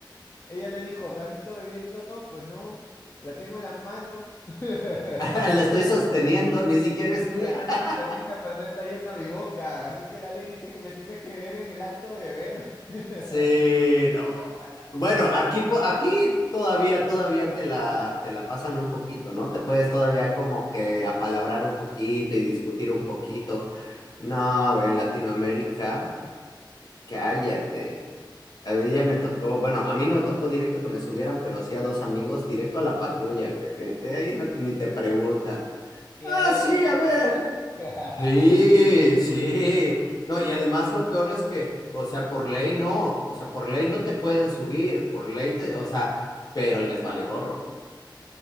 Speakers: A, on the left; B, on the left.
A: Ella le dijo, ¿me has visto bebiendo? Pues no, la tengo en la mano. <laughs>
B: <laughs> La
A: Pero
B: estoy
A: no
B: sosteniendo,
A: sé,
B: ni siquiera es mía.
A: la estoy
B: <laughs>
A: sosteniendo, pero no está yendo a mi boca. Así que la ley dice que me tienes que ver en el acto de beber. <laughs>
B: Sí, no, bueno. Bueno, aquí, po- aquí todavía, todavía te la, te la pasan un poquito, ¿no? Te puedes todavía como que apalabrar un poquito y discutir un poquito. No, güey, en Latinoamérica, cállate. A mí ya me tocó, bueno, a mí no me tocó directo que me subieran, pero sí a dos amigos directo a la patrulla, güey. Eh, eh, Ahí no, te- ni te preguntan.
A: Que
B: Ah,
A: ahí
B: sí,
A: en México
B: a ver,
A: te suben. <laughs>
B: Sí, sí. No, y además lo peor es que, o sea, por ley no, o sea, por ley no te pueden subir, por ley te, o sea, pero les vale gorro.